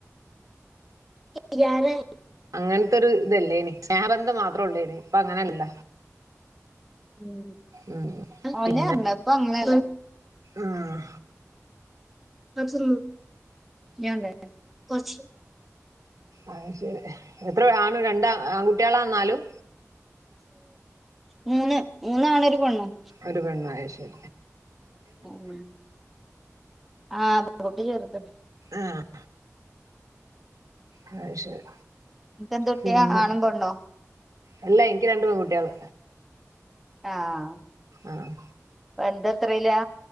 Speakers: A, in the centre; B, on the right.
A: <unintelligible>
B: അങ്ങനത്തൊരു ഇതല്ലേനി സ്നേഹബന്ധം മാത്രൊള്ളേനി. ഇപ്പ അങ്ങനല്ല.
A: ഉം.
B: ഉം പിന്നെ
A: അതന്നെ പർഞത് ഇപ്പ അങ്ങനെ
B: ആഹ്
A: അത്ത ഞണ്ട പച്ച
B: അഹ് ശരി. എത്രെ ആണു രണ്ടാ ആൺകുട്ട്യേളാ നാലും?
A: മൂന്ന് മൂന്നാണും ഒരു പെണ്ണും.
B: ഒരു പെണ്ണും, അഹ്ശരി.
A: ഉം. ആഹ് പെൺകുട്ടി ചെർതാ.
B: ആഹ്. അഹ് ശരി.
A: ഇങ്ങക്കെന്തുട്ട്യാ,
B: പിന്നെ
A: ആണും പെണ്ണോ?
B: അല്ല ഇൻക്ക് രണ്ടു പെൺകുട്ട്യേള്.
A: ആഹ്.
B: ആഹ്.
A: വല്ത് എത്രീലാ?